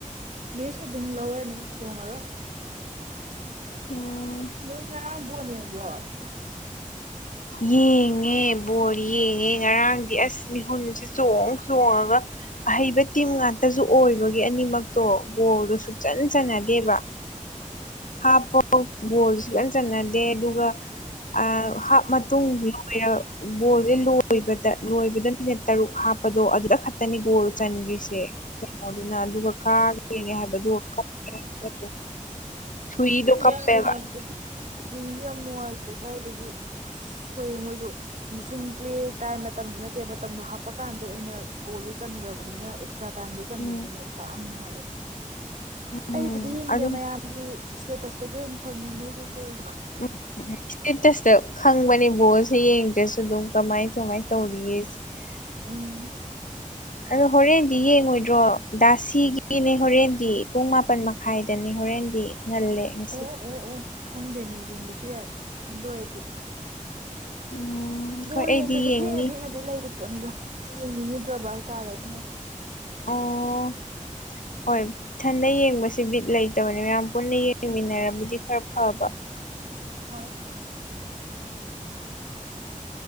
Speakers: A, on the right (about 60°); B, on the left (about 70°).
A: ꯃꯦꯁ ꯑꯗꯨꯝ ꯂꯧꯔꯅꯤ ꯊꯣꯡꯉꯔꯣꯏ
B: ꯎꯝ
A: ꯅꯣꯏ ꯉꯔꯥꯡ ꯕꯣꯟ ꯌꯦꯡꯕ꯭ꯔꯣ
B: ꯌꯦꯡꯉꯦ ꯕꯣꯜ ꯌꯦꯡꯉꯦ ꯉꯔꯥꯡꯗꯤ ꯑꯁ ꯃꯤꯍꯨꯟꯁꯦ ꯆꯣꯡ ꯆꯣꯡꯉꯒ ꯑꯍꯩꯕ ꯇꯤꯝ ꯉꯥꯛꯇꯁꯨ ꯑꯣꯏꯕꯒꯤ ꯑꯅꯤꯃꯛꯇꯣ ꯒꯣꯜꯗꯣ ꯁꯨꯛꯆꯟ ꯆꯟꯅꯗꯦꯕ <inaudible> ꯍꯥꯞꯄꯣ ꯕꯣꯜ ꯁꯨꯛ ꯆꯟ ꯆꯟꯅꯗꯦ ꯑꯗꯨꯒ ꯑꯥ ꯍꯥꯞ ꯃ- ꯇꯨꯡ ꯂꯣꯏꯔ ꯕꯣꯜꯁꯦ ꯂꯣꯏꯕꯗ ꯂꯣꯏꯕꯗ ꯃꯤꯅꯤꯠ ꯇꯔꯨꯛ ꯍꯥꯞꯄꯗꯣ ꯑꯗꯨꯗ ꯈꯛ- ꯇꯅꯦ ꯒꯣꯜ ꯆꯟꯈ꯭ꯔꯤꯁꯦ ꯀꯩꯅꯣꯗꯨꯅ ꯑꯗꯨꯒ ꯀꯥꯒ꯭ꯔꯤꯅꯦ ꯍꯥꯏꯕꯗꯣ <unintelligible> ꯁꯨꯏꯗꯣ ꯀꯞꯄꯦꯕ
A: ꯌꯥꯝ ꯅꯨꯡꯉꯥꯏꯇꯦ ꯅꯨꯡꯗꯤ ꯌꯥꯝ ꯅꯨꯡꯉꯥꯏꯇ꯭ꯔꯦ ꯀꯥꯏꯗꯒꯤ ꯁꯣꯏꯌꯦ ꯃꯣꯏꯖꯨ ꯃꯨꯁꯨꯡ ꯄ꯭ꯂꯦ ꯇꯥꯏꯝ ꯃꯇꯝꯗꯨ ꯅꯠꯇꯦ ꯃꯇꯝꯗꯣ ꯍꯥꯞꯄ ꯀꯥꯟꯗ ꯑꯣꯏꯅ ꯒꯣꯜꯗꯣ ꯆꯟꯒ꯭ꯔꯕꯅꯤꯅ ꯇ꯭ꯔꯥ ꯇꯥ꯭ꯏꯝꯗ ꯆꯟꯈꯤꯕꯅꯤꯅ
B: ꯎꯝ
A: ꯆꯥꯛꯑꯝꯅꯤ ꯍꯥꯏꯕ
B: ꯎꯝ
A: ꯑꯩꯕꯨꯗꯤ ꯌꯦꯡꯗꯦ
B: ꯑꯗꯨꯝ
A: ꯃꯌꯥꯝꯒꯤ ꯏꯁꯇꯦꯇꯁꯇꯒꯤ ꯑꯣꯏꯅ ꯈꯪꯉꯦ ꯃꯣꯏꯒꯤ ꯀꯣꯜꯗꯣ
B: <unintelligible> ꯏꯁꯇꯦꯇꯁꯇ ꯈꯪꯕꯅꯦ ꯕꯣꯜꯁꯦ ꯌꯦꯡꯗ꯭ꯔꯁꯨ ꯑꯗꯨꯝ ꯀꯃꯥꯏ ꯀꯃꯥꯏꯅ ꯇꯧꯔꯤꯌꯦꯁꯦ
A: ꯎꯝ
B: <inaudible> ꯑꯗꯣ ꯍꯣꯔꯦꯟꯗꯤ ꯌꯦꯡꯉꯣꯏꯗ꯭ꯔꯣ ꯗꯥꯁꯤꯒꯤꯅꯦ ꯍꯣꯔꯦꯟꯗꯤ ꯄꯨꯡ ꯃꯥꯄꯟ ꯃꯥ ꯈꯥꯏꯗꯅꯤ ꯍꯣꯔꯦꯟꯗꯤ ꯉꯜꯂꯦ ꯉꯁꯤꯗꯤ
A: ꯑꯣ ꯑꯣ ꯑꯣ ꯈꯪꯗꯦꯅꯦ ꯌꯦꯡꯕꯁꯨ ꯌꯥꯏ ꯑꯗꯨꯑꯣꯏꯗꯤ
B: ꯎꯝ
A: ꯕꯣꯜ
B: ꯍꯣꯏ ꯑꯩꯗꯤ
A: ꯌꯦꯡꯗ꯭ꯔꯁꯨ
B: ꯌꯦꯡꯅꯤ
A: ꯊꯦꯡꯅ ꯊꯦꯡꯅꯗꯤ ꯂꯩꯔꯤ ꯄꯣꯠꯅꯤꯗ ꯌꯦꯡꯅꯤꯡꯉꯨꯗ꯭ꯔꯕ ꯍꯥꯏꯇꯥꯔꯦ ꯑꯗꯨꯅ
B: ꯑꯣ ꯍꯣꯏ ꯏꯊꯟꯗ ꯌꯦꯡꯕꯁꯦ ꯕꯤꯠ ꯂꯩꯇꯕꯅꯦ ꯃꯌꯥꯝ ꯄꯨꯟꯅ ꯌꯦꯡ ꯃꯤꯟꯅꯔꯕꯨꯗꯤ ꯈꯔ ꯐꯕ
A: ꯍꯣꯏ